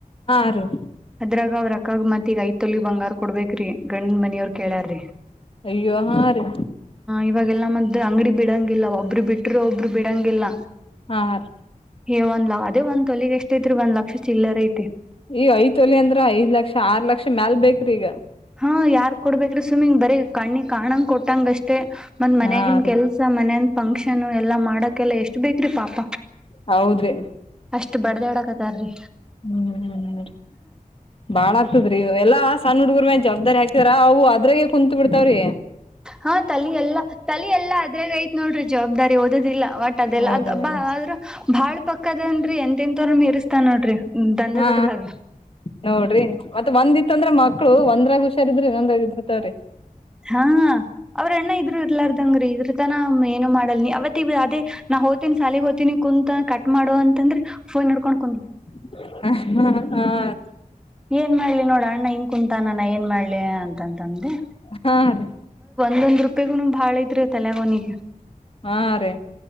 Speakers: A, on the left (about 40°); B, in the centre.
A: ಹಾ ರೀ
B: ಅದ್ರ ಅವ್ರ ಅಕ್ಕಾಗ ಮತ್ ಈಗ ಐದ ತಲಿ ಬಂಗಾರ ಕೊಡ್ಬೇಕ್ರೀ ಗಂಡ್ನ್ನ ಮನಿಯವ್ರು ಕೇಳ್ಯಾರ್ರಿ
A: ಅಯ್ಯೋ ಹಾ ರಿ
B: ಇವಾಗೆಲ್ಲ ಮದ್ದ್ ಅಂಗಡಿ ಬಿಡಂಗಿಲ್ಲ ಒಬ್ರು ಬಿಟ್ಟರು ಒಬ್ರು ಬಿಡಂಗಿಲ್ಲ
A: ಹಾ ಹ ರೀ
B: ಏ್ ಒಂದ್ ಅದ ಒಂದ್ ತಲಗ್ ಎಷ್ಟ ಐತ್ರಿ ಒಂದ್ ಲಕ್ಷ ಚಿಲ್ಲರ ಐ
A: ಈಗ ಐದು ಅಂದ್ರ ಐದ್ ಲಕ್ಷ ಆರ್ ಲಕ್ಷ ಮ್ಯಾಲ ಬೇಕ್ರಿ ಈಗ
B: ಹಾ ಯಾರ್ ಕೊಡ್ಬೇಕ್ರಿ ಸ್ವಿಮ್ಮಿಂಗ್ ಬರೀ ಕಣ್ಣಿ ಕಾಣಂಗ ಕೊಟ್ಟಂಗ ಅಷ್ಟೇ ಮಂದ್ ಮನ್ಗನ್
A: ಹಾ ರೀ
B: ಕೆಲ್ಸ ಮನಂದ ಫಂಕ್ಷನ್ ಎಲ್ಲ ಮಾಡಕೆಲ್ಲ ಎಷ್ಟು ಬೇಕ್ರಿ ಪಾಪ
A: ಹೌದ್ರಿ
B: ಇಷ್ಟ ಬಡ್ದ್ಯಾಡಕತಾರ ರೀ
A: ಹ್ಮ್ ಬಾಳ ಆಗ್ತದ್ರಿ ಎಲ್ಲಾ ಸಣ್ಣಡ್ಗ ಜವಾಬ್ದಾರಿ ಹಾಕ್ತಾರ ಅವು ಅದ್ರಾಗೆ ಕುಂತತ್ ಬಿಡ್ತಾವ್ರೀ
B: ಹಾ ತಲಿ ಎಲ್ಲಾ ತಲಿ ಎಲ್ಲಾ ಅದ್ರಾಗ ಐತ್ ನೋಡ್ರಿ ಜವಾಬ್ದಾರಿ ಓದದಿಲ್ಲ ಒಟ್ ಅದೆಲ್ಲ
A: ಓದದಲ್ಲ
B: ಅದಬ್ಬ ಆದ್ರ್ ಬಾಳ್ ಪಕ್ಕದನ್ರಿ ಎಂ ಎನ್ ತೋರ ಮೀರಿಸಸ್ತಾ ನೋಡ್ರಿ ದಂಧದರ್ದಾಗ
A: ಹಾ ನೋಡ್ರಿ ಮತ್ತೆ ಒಂದಿತ್ತಂದ್ರ ಮಕ್ಳು ಒಂದ್ರಾಗ ಹುಷ ಸ ಇದ್ರಿ ನಂದಾಗ ಇದ್ರ ತಾವ್ರರಿ
B: ಹಾ ಅವ್ರಣ್ಣ ಇದ್ರು ಇರ್ಲಾರ್ದಂಗ್ರೀ ಇದ್ರ ತನ ಏನು ಮಾಡಲ್ ನೀ ಯಾವತ್ ಇ ಅದೇ ನಾ ಹೋ್ತಿನಿ ಸಾಲಗ್ ಹೋತೀನಿ ಕುಂತತ್ ಕಟ್ ಮಾಡೋುವ ಅಂತಂದ್ರೆ ಫೋನ್ ನಡ್ಕೊಂಡ
A: ಹ
B: ಏನ್ ಮಾಡ್ಲಿ ನೋಡ ಅಣ್ಣ ಹನ್ ಕುಂತಾನಾನ ಏನ್ ಮಾಡ್ಲಿ ಅಂತಂತಂದೆ
A: ಹಾ ರೀ
B: ಒೊಂದು ರೂಪಾಯಿ ಗು ಬಾಳ ಇದ್ರೆ ತಲೆಯಗನಿಗೆ
A: ಹಾ ರೀ